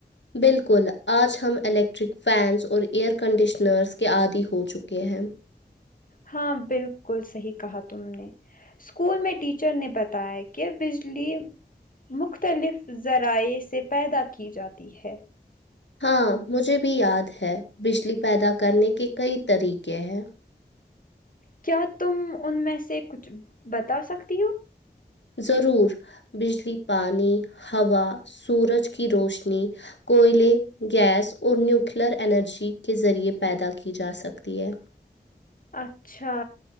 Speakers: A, on the left; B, on the left.
A: بالکل آج ہم الیکٹرک فینس اور ایئر کنڈیشنرس کے عادی ہو چکے ہیں
B: ہاں بالکل صحیح کہا تم نے اسکول میں ٹیچر نے بتایا کہ بجلی مختلف ذرائع سے پیدا کی جاتی ہے
A: ہاں مجھے بھی یاد ہے بجلی پیدا کرنے کے کئی طریقے ہیں
B: کیا تم ان میں سے کچھ بتا سکتی ہو
A: ضرور بجلی پانی ہوا سورج کی روشنی کوئلے گیس اور نیوکلر انرجی کے ذریعے پیدا کی جا سکتی ہے
B: اچھا